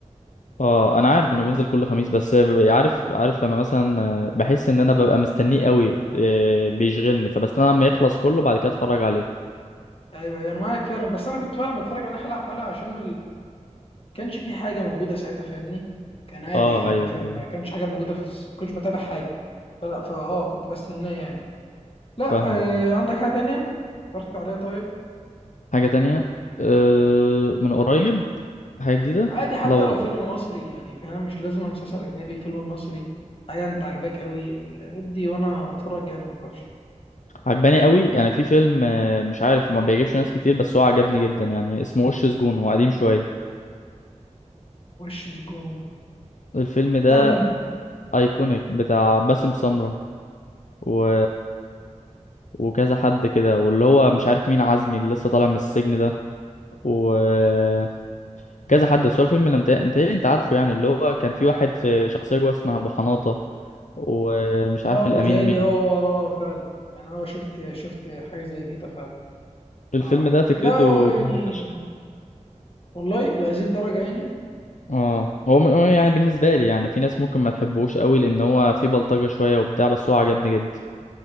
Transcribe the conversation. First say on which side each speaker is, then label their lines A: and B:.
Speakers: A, on the left (about 75°); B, on the left (about 45°).
A: اه انا عارف انه بينزل كل خميس بس ب- عارف عارف لما مثلا آه، بحس ان انا ببقى مستنيه قوي آه، بيشغلني فبستنى لما يخلص كله بعد كده اتفرج عليه
B: ايوه أيوة، انا معاك فعلا بس انا كنت فعلا بتفرج عليه حلقه بحلقه عشان كانش في حاجه موجوده ساعتها فاهمني كان عادي
A: اه
B: يعني
A: ايوه
B: كان
A: ايوه
B: كانش حاجه موجوده في الس- ما كنتش بتابع حاجه فلا فاه كنت بستناه يعني لا
A: فاهمك
B: آه عندك حاجه تانية اتفرجت عليها طيب
A: حاجه تانية أه من قريب حاجه جديده
B: عادي حتى
A: لا والله
B: لو فيلم مصري يعني فاهم مش لازم مسلسل اجنبي فيلم مصري حاجه انت عاجباك قوي ال- ادي وانا اتفرج يعني ما تخافش
A: عجباني قوي يعني في فيلم آه، مش عارف ما بيعجبش ناس كتير بس هو عجبني جدا يعني اسمه وش سجون هو قديم شويه
B: وش سجون
A: الفيلم ده
B: بتاع مين
A: ايكونيك بتاع باسم سمرة و وكذا حد كده واللي هو مش عارف مين عزمي اللي لسه طالع من السجن ده وكذا حد بس هو الفيلم اللي متهيألي متهيألي انت عارفه يعني اللي هو كان في واحد في شخصية جوه اسمها أبو حناطة ومش عارف
B: اه
A: الأمين
B: بتهيألي
A: مين
B: اه آه، آه، فعلا يعني اه شفت شفت حاجه زي كده فعلا
A: الفيلم
B: اه
A: ده فكرته
B: لا
A: جامدة
B: يعني
A: فشخ
B: والله لهذه الدرجه يعني
A: اه هو م- هو يعني بالنسبة لي يعني في ناس ممكن ما تحبوش قوي لأن هو فيه بلطجة شوية وبتاع بس هو عجبني جدا